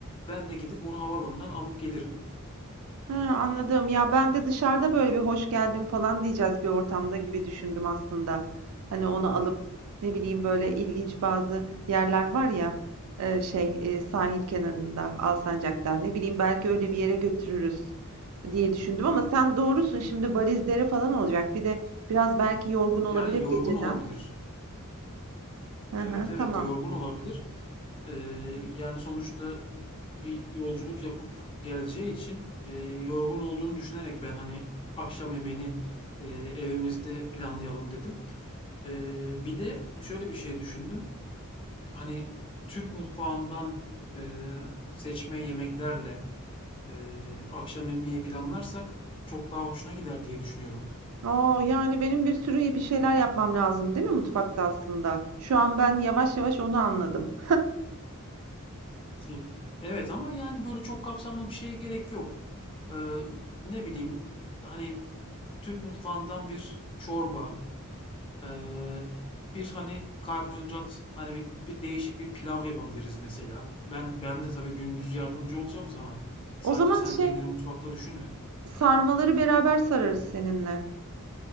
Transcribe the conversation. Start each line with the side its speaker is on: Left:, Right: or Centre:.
Left: Ben de gidip onu havalandan alıp gelirim.
Right: Ha, anladım. Ya ben de dışarıda böyle bir hoş geldin falan diyeceğiz bir ortamda gibi düşündüm aslında. Hani onu alıp ne bileyim böyle ilginç bazı yerler var ya e, şey e, sahil kenarında Alsancak'ta ne bileyim belki öyle bir yere götürürüz diye düşündüm ama sen doğrusun şimdi valizleri falan olacak. Bir de biraz belki yorgun
Left: Yani
Right: olabilir
Left: yorgun
Right: geceden.
Left: olabilir.
Right: Hı
Left: Evet
Right: hı,
Left: evet
Right: tamam.
Left: yorgun olabilir. Ee, yani sonuçta bir yolculuk yapıp geleceği için e, yorgun olduğunu düşünerek ben hani akşam yemeğini e, evimizde planlayalım dedim. Ee, bir de şöyle bir şey düşündüm. Hani Türk mutfağından e, seçme yemeklerle e, akşam yemeği planlarsak çok daha hoşuna gider diye düşünüyorum.
Right: Oo, yani benim bir sürü bir şeyler yapmam lazım değil mi mutfakta aslında? Şu an ben yavaş yavaş onu anladım.
Left: <laughs> Hı. Evet ama yani böyle çok kapsamlı bir şeye gerek yok. Ee, ne bileyim hani Türk mutfağından bir çorba, eee, bir, hani, karbonhidrat, hani, bir bir değişik bir pilav yapabiliriz mesela. Ben ben de tabii gündüz yardımcı olacağım sana. Sadece
Right: O zaman
Left: sen
Right: şey
Left: kendini mutfakta düşünme.
Right: Sarmaları beraber sararız seninle.